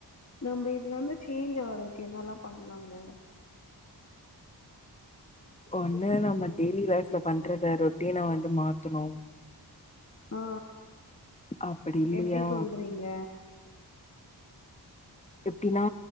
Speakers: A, on the left (about 40°); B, on the left (about 15°).
A: நம்ம இதுல இருந்து சேஞ்ச் ஆறதுக்கு என்னல்லா பண்லாங்க
B: ஒன்னு நம்ம டெய்லி லைஃப்ல பண்றத ரொட்டீனா வந்து மாத்தணு
A: ஆ
B: அப்டி இல்லையா
A: எப்டி சொல்றீங்க
B: எப்டின்னா